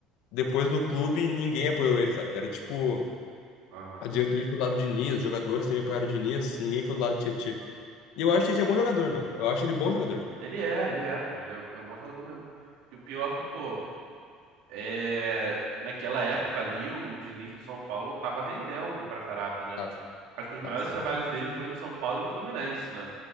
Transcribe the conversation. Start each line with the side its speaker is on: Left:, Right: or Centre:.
Left: Depois no clube, ninguém apoiou ele, sabe? Era tipo,
Right: Aham.
Left: a diretoria foi do lado de Diniz, os jogadores também apoiaram o Diniz, ninguém foi do lado do Tietchan. E eu acho que o Tietchan é bom jogador, meu. Eu acho ele bom jogador.
Right: Ele é, ele é, pô. Ele é, é um bom jogador mesmo. E o pior é que, pô, é... naquela época ali, o Diniz no São Paulo tava rendendo pra caraca, né?
Left: Tá,
Right: Acho que os
Left: tá.
Right: melhores trabalhos dele foi no São Paulo e no Fluminense, né?